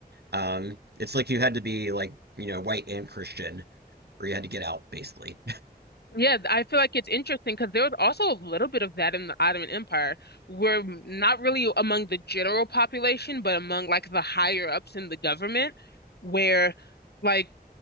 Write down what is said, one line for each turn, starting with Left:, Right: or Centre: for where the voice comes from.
Right: Um, it's like you had to be like, you know, white and Christian, or you had to get out, basically.
Left: Yeah, I feel like it's interesting because there was also a little bit of that in the Ottoman Empire. We're not really among the general population, but among like the higher ups in the government, where like